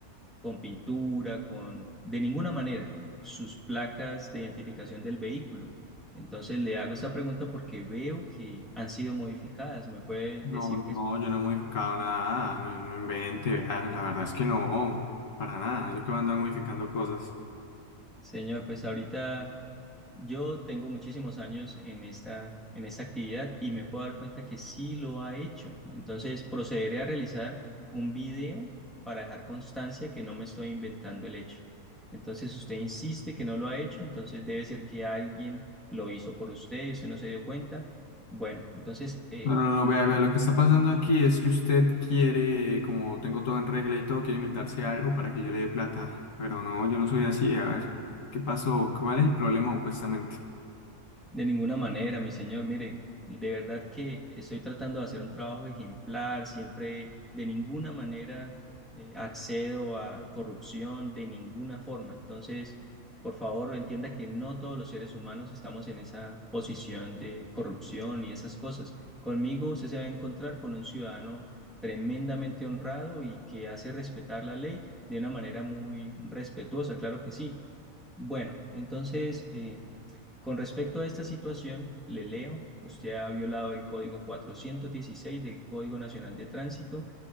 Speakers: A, in the centre; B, on the left.
A: con pintura, con, de ninguna manera, sus placas de identificación del vehículo. Entonces le hago esta pregunta porque veo que han sido modificadas. ¿Me puede
B: No,
A: decir
B: no,
A: qué
B: yo no he modificado nada, no, no invente, vea, la verdad es que no, para nada, yo que voy a andar modificando cosas.
A: Señor, pues ahorita yo tengo muchísimos años en esta, en esta actividad y me puedo dar cuenta que sí lo ha hecho. Entonces, procederé a realizar un video para dejar constancia que no me estoy inventando el hecho. Entonces, usted insiste que no lo ha hecho, entonces debe ser que alguien lo hizo por usted y usted no se dio cuenta. Bueno, entonces, eh,
B: No, no, no, vea, vea, lo que está pasando aquí es que usted quiere, como tengo todo en regla y todo, quiere inventarse algo para que yo le dé plata. Pero no, yo no soy así, a ver, ¿qué pasó? ¿Cuál es el problema opuestamente?
A: De ninguna manera, mi señor. Mire, de verdad que estoy tratando de hacer un trabajo ejemplar, siempre de ninguna manera eh, accedo a corrupción, de ninguna forma. Entonces, por favor, entienda que no todos los seres humanos estamos en esa posición de corrupción y esas cosas. Conmigo usted se va a encontrar con un ciudadano tremendamente honrado y que hace respetar la ley de una manera muy respetuosa, claro que sí. Bueno, entonces... eh, con respecto a esta situación, le leo, usted ha violado el código 416 del Código Nacional de Tránsito